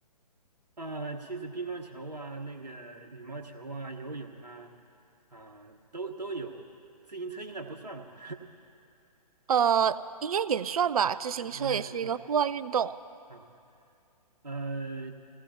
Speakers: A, on the right; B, on the right.
A: 啊、其实乒乓球啊，那个羽毛球啊，游泳啊，啊、都都有，自行车应该不算吧？
B: 呃，应该也算吧，
A: <laughs>
B: 自行车也是一个户外运动，
A: 啊应该也算。啊，呃，